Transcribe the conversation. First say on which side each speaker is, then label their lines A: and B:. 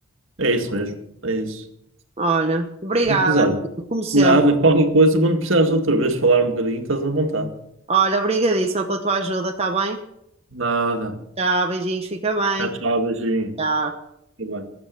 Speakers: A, on the right; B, on the right.
A: É isso mesmo, é isso.
B: Olha, obrigada,
A: Muito usado.
B: amigo, como sempre.
A: Nada, qualquer coisa, quando precisares outra vez falar um bocadinho, estás à vontade.
B: Olha, obrigadíssima pela tua ajuda, tá bem?
A: Nada.
B: Tchau, beijinhos, fica bem.
A: Tchau, tchau, beijinho.
B: Tchau.
A: Fica bem.